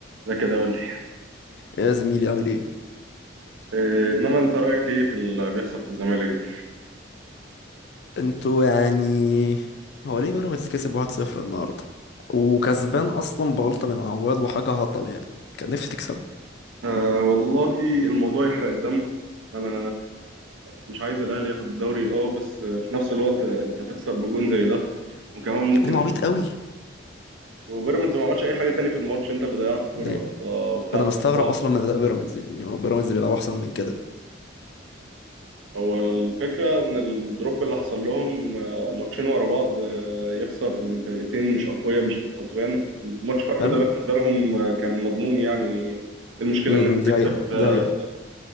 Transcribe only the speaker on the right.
ده كده قول لي
آه، انما انت رايك ايه في اللي بيحصل في الزمالك ده
آه والله الموضوع يحرق الدم انا مش عايز الاهلي ياخد الدوري اه بس آه، في نفس الوقت آه، انت تخسر بجون زي ده وكمان ممكن
وبيراميدز ما عملش اي حاجه تاني في الماتش انت اللي ضيعت كوره
آه بتاعت
سيف جعفر
هو الفكره ان الدروب اللي حصل لهم آه، ماتشين ورا بعض آه، يخسر من فرقتين مش اقوياء مش في الحسبان ماتش فرق
ده بالنسبه لهم آه، كان مضمون يعني المشكله
ان انت تكسب
آه،